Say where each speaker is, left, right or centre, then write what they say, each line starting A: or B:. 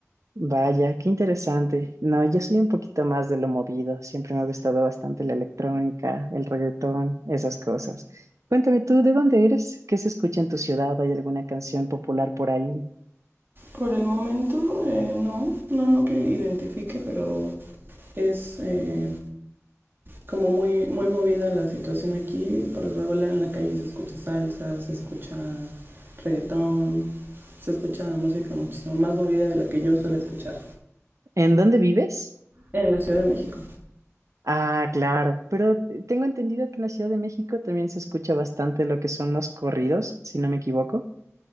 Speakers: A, on the right; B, on the right.
A: Vaya, qué interesante. No, yo soy un poquito más de lo movido. Siempre me ha gustado bastante la electrónica, el reggaetón, esas cosas. Cuéntame tú, ¿de dónde eres? ¿Qué se escucha en tu ciudad? ¿Hay alguna canción popular por ahí?
B: Por el momento, eh, no, no, no que identifique, pero es eh, como muy, muy movida la situación aquí. Por lo regular en la calle se escucha salsa, se escucha reggaetón, se escucha música muchísimo más movida de la que yo suelo escuchar
A: ¿En dónde vives?
B: en la Ciudad de México.
A: Ah, claro, pero tengo entendido que en la Ciudad de México también se escucha bastante lo que son los corridos, si no me equivoco.